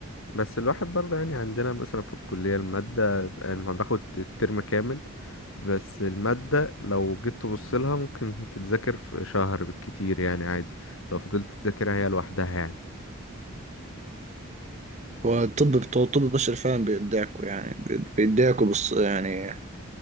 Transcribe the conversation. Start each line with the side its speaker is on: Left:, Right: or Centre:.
Left: بس الواحد برضه يعني عندنا مثلا في الكلية المادة يعني احنا بناخد الترم كامل بس المادة لو جيت تبص لها ممكن تتذاكر في شهر بالكتير يعني عادي لو فضلت تذاكرها هي لوحدها يعني
Right: هو الطب بتوع الطب البشري فعلا بيدعكوا يعني بي- بيدعكوا بص يعني